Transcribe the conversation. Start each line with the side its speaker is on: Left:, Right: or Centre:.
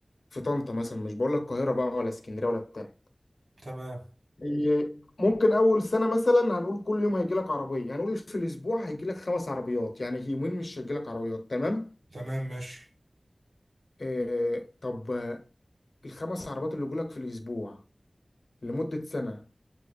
Left: في طنطا مثلا مش بقول لك القاهرة بقى ولا اسكندرية ولا بتاع
Right: تمام
Left: هي ممكن أول سنة مثلا هنقول كل يوم هيجي لك عربية هنقول في الأسبوع هيجي لك خمس عربيات يعني يومين مش هيجي لك عربيات تمام
Right: تمام ماشي
Left: آه طب آه، الخمس عربيات اللي يجوا لك في الأسبوع لمدة سنة